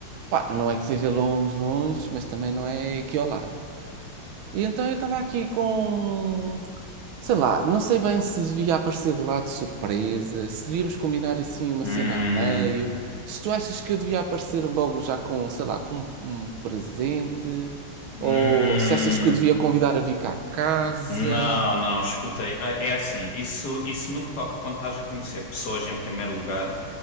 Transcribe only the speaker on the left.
Hum,
hum.
Não, não, escutei. É é assim, isso, isso no que toca quando estás a conhecer pessoas em primeiro lugar.